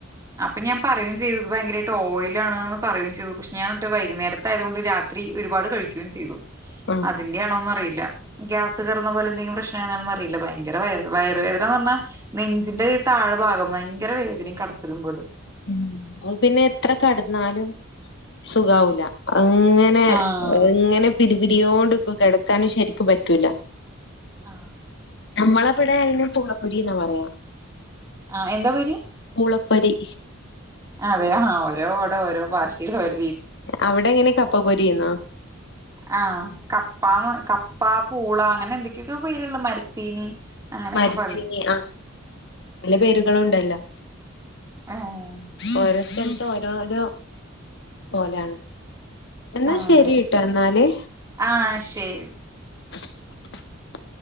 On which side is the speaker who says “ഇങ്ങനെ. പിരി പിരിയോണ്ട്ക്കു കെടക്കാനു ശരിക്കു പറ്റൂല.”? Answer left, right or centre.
Left